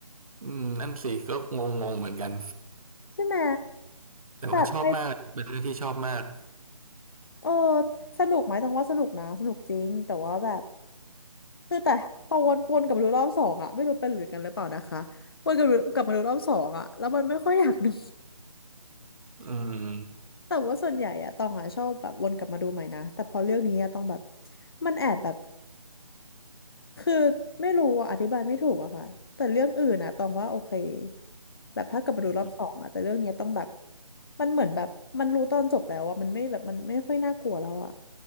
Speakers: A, on the right; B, on the left.
A: อืมนั่นสิก็งงๆเหมือนกัน
B: ใช่ไหม
A: แต่ว่าชอบมากเป็นเรื่องที่ชอบมาก
B: แบบไปเออสนุกไหมต้องว่าสนุกนะสนุกจริงแต่ว่าแบบคือแต่พอวนวนกลับมาดูรอบสองอ่ะไม่รู้เป็นหรือกันหรือเปล่านะคะวนกลับกลับมาดูรอบสองอ่ะแล้วมันไม่ค่อยอยากดู
A: อืม
B: <laughs> แต่ว่าส่วนใหญ่อะตองอะชอบแบบวนกลับมาดูใหม่นะแต่พอเรื่องนี้อะตองแบบมันแอบแบบ คือไม่รู้อะอธิบายไม่ถูกอะค่ะแต่เรื่องอื่นอะตองว่าโอเคแบบถ้ากลับมาดูรอบสองอะแต่เรื่องเนี้ยต้องแบบ
A: อืม
B: มันเหมือนแบบมันรู้ตอนจบแล้วอะมันไม่แบบมันไม่ค่อยน่ากลัวแล้วอะ